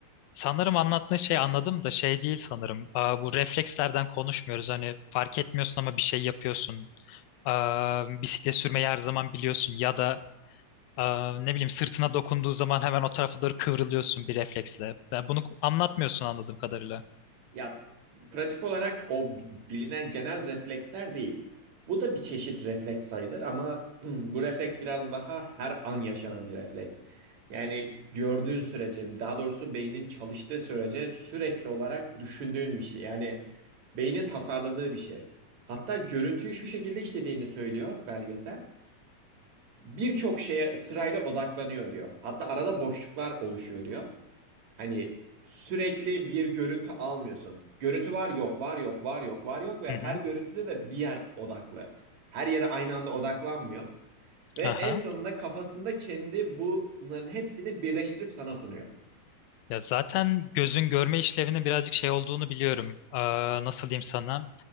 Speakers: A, on the left; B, on the right.
A: sanırım anlattığın şey anladım da şey değil sanırım. Aa, bu reflekslerden konuşmuyoruz. Hani fark etmiyorsun ama bir şey yapıyorsun. Aa, bisiklet sürmeyi her zaman biliyorsun ya da Aa, ne bileyim sırtına dokunduğu zaman hemen o tarafa doğru kıvrılıyorsun bir refleksle. Yani bunu ku- anlatmıyorsun anladığım kadarıyla.
B: Ya pratik olarak o bi- bilinen genel refleksler değil. Bu da bir çeşit refleks sayılır ama <clears throat> bu refleks biraz daha her an yaşanan bir refleks. Yani gördüğün sürece, daha doğrusu beynin çalıştığı sürece sürekli olarak düşündüğün bir şey. Yani beynin tasarladığı bir şey. Hatta görüntüyü şu şekilde işlediğini söylüyor belgesel. birçok şeye sırayla odaklanıyor diyor. Hatta arada boşluklar oluşuyor diyor. Hani sürekli bir görüntü almıyorsun. Görüntü var yok var yok var yok var yok ve
A: Hı
B: her
A: hı.
B: görüntüde de bir yer odaklı. Her yere aynı anda odaklanmıyor. Ve
A: Aha.
B: en sonunda kafasında kendi bunların hepsini birleştirip sana sunuyor.
A: Ya zaten gözün görme işlevinin birazcık şey olduğunu biliyorum. Aa, nasıl diyeyim sana?